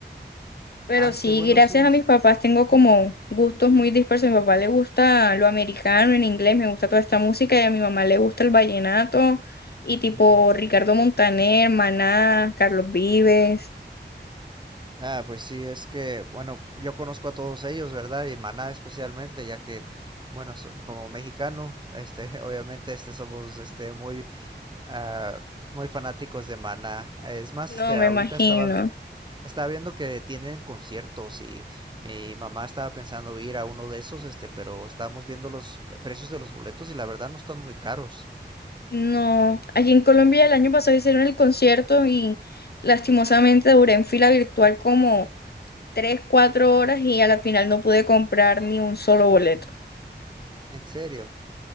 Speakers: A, on the left; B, on the right.
A: Pero
B: Ah,
A: sí,
B: qué bueno,
A: gracias
B: sí.
A: a
B: es-
A: mis papás tengo como gustos muy dispersos. A mi papá le gusta lo americano en inglés, me gusta toda esta música. Y a mi mamá le gusta el vallenato y tipo
B: Ujú.
A: Ricardo Montaner, Maná, Carlos Vives.
B: Ah, pues sí, es que, bueno, yo conozco a todos ellos, ¿verdad? Y Maná especialmente, ya que, bueno, so- como mexicano, este, <laughs> obviamente, este, somos, este, muy, ah, muy fanáticos de Maná. Es más,
A: No,
B: este,
A: me
B: ahorita
A: imagino.
B: estaba, vi- estaba viendo que tienen conciertos y mi mamá estaba pensando ir a uno de esos, este, pero estábamos viendo los precios de los boletos y la verdad no están muy caros.
A: No, aquí en Colombia el año pasado hicieron el concierto y lastimosamente duré en fila virtual como tres, cuatro horas y a la final no pude comprar ni un solo boleto.
B: En serio.